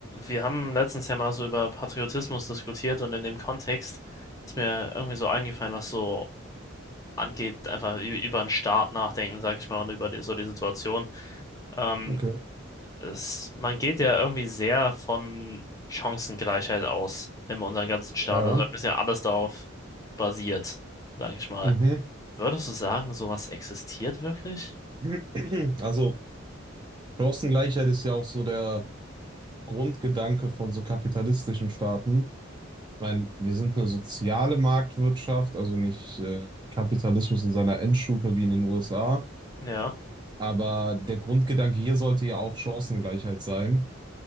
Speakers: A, on the left (about 15°); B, on the right (about 20°).
A: wir haben letztens ja mal so über Patriotismus diskutiert und in dem Kontext ist mir irgendwie so eingefallen, was so angeht, einfach ü- über den Staat nachdenken, sag ich mal, und über die, so die Situation. Ähm,
B: Okay.
A: es, man geht ja irgendwie sehr von Chancengleichheit aus in unserem ganzen Staat.
B: Ja.
A: Also ist ja alles darauf basiert, sag ich mal.
B: Mhm.
A: Würdest du sagen, sowas existiert wirklich?
B: <clears throat> Also Chancengleichheit ist ja auch so der Grundgedanke von so kapitalistischen Staaten. Ich meine, wir sind eine soziale Marktwirtschaft, also nicht äh, Kapitalismus in seiner Endstufe wie in den USA.
A: Ja,
B: Aber der Grundgedanke hier sollte ja auch Chancengleichheit sein.